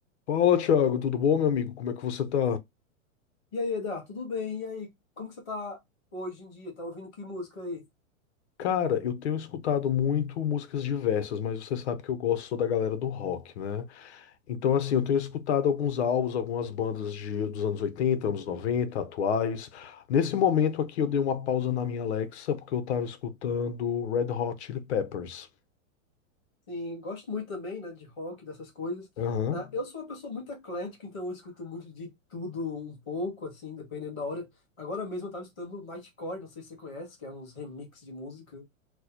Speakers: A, on the left; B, in the centre.
A: Fala, Thiago, tudo bom, meu amigo? Como é que você tá?
B: E aí, Eda, tudo bem? E aí, como que você tá hoje em dia? Tá ouvindo que música aí?
A: Cara, eu tenho escutado muito músicas diversas, mas você sabe que eu gosto só da galera do rock, né? Então, assim, eu tenho escutado alguns álbuns, algumas bandas de, dos anos 80, anos 90, atuais. Nesse momento aqui, eu dei uma pausa na minha Alexa, porque eu tava escutando Red Hot Chili Peppers.
B: Sim, gosto muito também, né, de rock, dessas coisas.
A: Aham.
B: Ah, eu sou uma pessoa muito eclética, então eu escuto muito de tudo um pouco, assim, dependendo da hora. Agora mesmo eu tava escutando Nightcore, não sei se você conhece, que é uns remix de música,